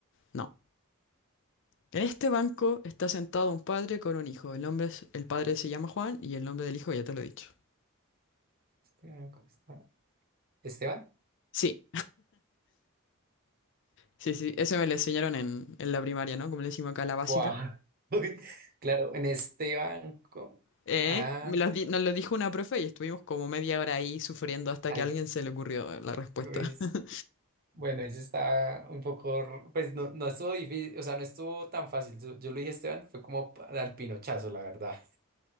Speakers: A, on the left; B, on the right.
A: No. En este banco está sentado un padre con un hijo. El nombre es- el padre se llama Juan y el nombre del hijo ya te lo he dicho.
B: Este banco está- ¿Esteban?
A: Sí, sí, sí. Eso me lo enseñaron en, en la primaria, ¿no? Como le decimos acá, la básica.
B: Wow. <laughs> Uy, claro, en este banco.
A: Eh,
B: Ah,
A: me lo di- nos lo dijo una profe y estuvimos como media hora ahí sufriendo hasta
B: ay,
A: que a alguien se le ocurrió la respuesta.
B: pues,
A: <laughs>
B: bueno, ese está un poco, r- pues no, no estuvo difícil, o sea, no estuvo tan fácil. Yo, yo lo dije, Esteban, fue como pa- al pinochazo, la verdad.